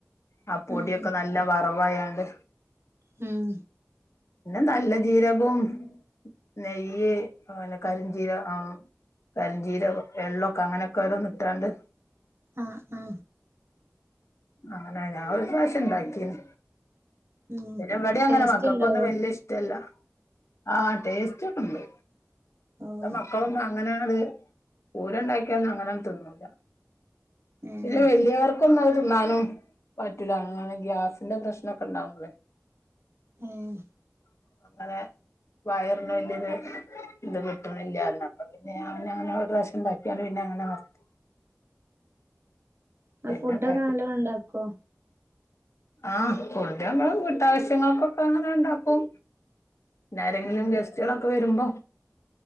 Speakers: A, on the left; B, on the right.
A: ആ പൊട്യൊക്കെ
B: ഉം
A: നല്ല വറവായാണ്ട്
B: ഉം.
A: പിന്നെ നല്ല ജീരകും, നെയ്യ് പിന്നെ കരിഞ്ജീരകം ആ കരിഞ്ചീരകം എള്ളൊക്കെ അങ്ങനൊക്കോരോന്നിട്ടാണ്ട്
B: ആ ആ.
A: അങ്ങനെ ഞാ ഒരു പ്രാശ്യം ഇണ്ടാക്കിനീ
B: ഉം
A: പിന്നെ ഇവിടീം അങ്ങനെ
B: ടേസ്റ്റ്
A: മക്കക്കൊന്നും
B: ഇണ്ടാവോ
A: വെല്ല്യ ഇഷ്ടല്ല്യ. ആ ടേസ്റ്റ് ഒക്കണ്ട്,
B: ഓഹ്
A: മക്കളൊന്നൂ അങ്ങനേ പൂരണ്ടാക്കിയന്ന് അങ്ങനൊന്നൂ തിന്നൂല,
B: ഏഹ്
A: പിന്നെ വല്ല്യവർ <inaudible> തിന്നാനും പറ്റ്ല അങ്ങനെ ഗ്യാസ്ന്റെ പ്രശ്നൊക്കെ ഇണ്ടാവുമ്പൊളേ
B: ഏഹ്
A: <inaudible> വയറിന് വല്യൊരു ഇത് കിട്ട്ണില്ലാ പറഞ്ഞു അപ്പ പിന്നെ <unintelligible> അങ്ങനെ ഒരു പ്രാവശ്യം ഇണ്ടാക്കി പിന്നെ അങ്ങനെ നിർത്തി
B: ഉം
A: പിന്നെ
B: ഫുഡൊക്കെ
A: ഉണ്ടാക്കിട്ടില്ല
B: നല്ലണം ഇണ്ടാക്കോ
A: ആഹ് പൂതിയാകുമ്പോ വീട്ടാവശ്യങ്ങൾക്കൊക്കെ അങ്ങനെ ഇണ്ടാക്കും പിന്നെ ആരെങ്കിലും
B: ഉം
A: ഗസ്റ്റുകളൊക്കെ വരുമ്പോ